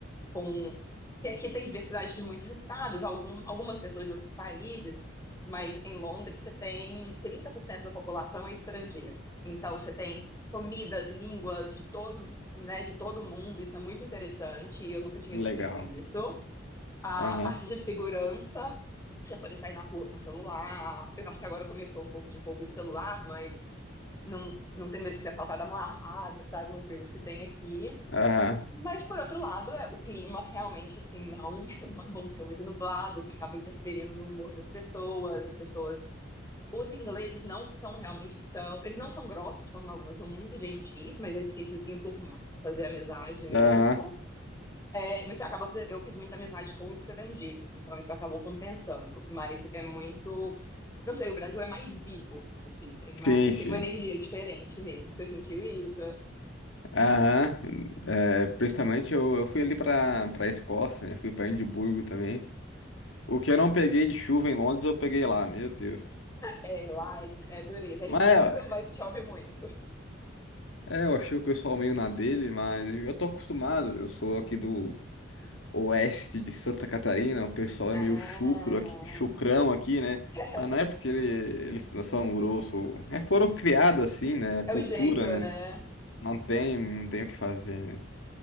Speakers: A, on the left; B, on the left.
A: com... que aqui tem diversidade de muitos estados, algum, algumas pessoas de outros países, mas em Londres você tem 30% da população é estrangeira. Então, você tem comidas, línguas de todo, né, de todo mundo, isso é muito interessante, e eu nunca tinha
B: Legal.
A: vivido isso. A
B: Aham.
A: parte de segurança, você poder sair na rua com o celular, apesar que agora começou um pouco de roubo de celular, mas não, não ter medo de ser assaltado à mão armada, sabe? Umas coisas que tem aqui.
B: Aham.
A: Mas, por outro lado, é, o clima realmente, assim, não, <laughs> não é bom, fica muito nublado, que acaba interferindo no humor das pessoas, as pessoas... Os ingleses não são realmente tão... Eles não são grossos de forma alguma, são muito gentis, mas é difícil enturmar, fazer amizade mesmo.
B: Aham.
A: É, você acaba, eu fiz muita amizade com estrangeiros, então isso acabou compensando. Mas é muito, não sei, o Brasil é mais vivo, assim, tem mais,
B: Sim, sim.
A: tem uma energia diferente mesmo. Você sentiu isso?
B: Aham. É, principalmente eu, eu fui ali para para Escócia, né? Fui para Edimburgo também. O que eu não peguei de chuva em Londres, eu peguei lá, meu Deus.
A: É, lá é, é dureza,
B: Mas
A: é lindo, mas chove muito.
B: é, eu achei o pessoal meio na dele, mas eu tô acostumado, eu sou aqui do oeste de Santa Catarina, o pessoal
A: Ah,
B: é meio chucro aqui, chucrão aqui, né?
A: <laughs>
B: Mas não é porque ele- eles são grosso, é, foram criados assim, né? A
A: é
B: cultura,
A: o jeito, né?
B: né? Não tem, não tem o que fazer, né?